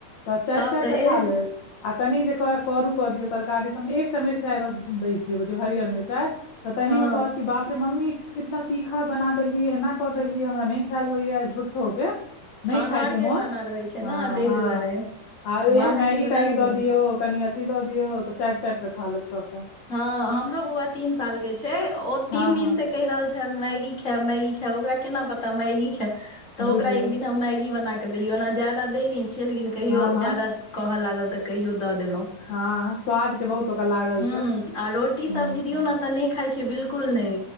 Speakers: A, on the left (about 55°); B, on the left (about 20°).
A: तऽ चाटि
B: तब
A: चाटि
B: तऽ
A: केऽ
B: ए
A: खा लेत आ कनि जे करू क दियौ तरकारी सब मे एकटा मिरचाइ बस दै छियै बझ हरियर मिरचा त तहिं
B: हँ
A: म कहत कि बाप रे मम्मी इतना तीखा बना देलही एना क देलही हमरा नहि खाल होइय झूट्ठो के नहि
B: हँ
A: खाायके
B: घर के
A: मोन
B: खाना रहै छै
A: हँ
B: ने ताहि
A: हँ
B: दुआरे
A: आ इह
B: बाहर
A: मैगी
B: के बना
A: तैगी
B: दियौ
A: दऽ
B: ने
A: दियऔ कनि अथी दऽ दियौ तऽ चैट चट कऽ खा लेत सभटा
B: हँ हमरो बौआ तीन साल के छै ओ
A: हँ
B: तीन
A: हँ
B: दिन से कहि रहल छै मैगी ख मैगी ओकरा केना पता मैगी ख त
A: बुझियौ
B: ओकरा एक दिन मैगी बना देलिय ओना ज्यदा दै नहि छियै लेकिन कहियो
A: हँ हँ
B: ज्यादा कहऽ लागल तऽ कहियो दऽ देलहुॅँ
A: हँ स्वाद के बहुत ओकरा लागल
B: ह
A: छै
B: आ रोटी
A: हूँ
B: सब्जी दियऔ ने तऽ नहि खााय छै बिल्कुल नैय